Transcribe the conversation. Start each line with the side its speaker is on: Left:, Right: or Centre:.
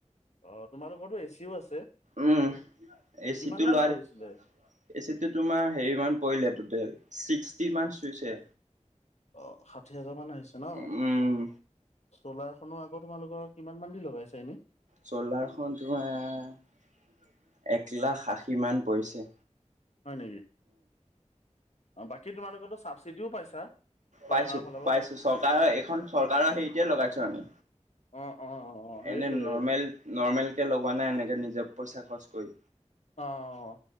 Left: অ তোমালোকৰতো এচিও আছে
Right: উম, এ
Left: কিমান
Right: চিটো
Left: মান
Right: লোৱাৰ
Left: পৰিছিলে?
Right: এ চিটো তোমাৰ হেৰি মান পৰিলে টোটেল ছিক্সটি মান চুইছে।
Left: অ' ষাঠি হাজাৰ মান আহিছে ন'?
Right: উম,
Left: চ'লাৰখনো আকৌ তোমালোকৰ কিমান মান দি লগাইছে এনেই?
Right: চ'লাৰখন তোমাৰ এক লাখ আশী মান পৰিছে।
Left: হয় নেকি? অ' বাকী তোমালোকেতো চাবচিডিও পাইছা। চৰকাৰৰ
Right: পাইছোঁ,
Left: ফালৰ পৰা
Right: পাইছোঁ চৰকাৰৰ এইখন চৰকাৰৰ হেৰিতে লগাইছোঁ আমি।
Left: অ অ অ অ সেইটোৱে
Right: এনে নৰ্মেল নৰ্মেলকে লগোৱা নাই এনেকে নিজে পইচা খৰচ কৰি?
Left: অ'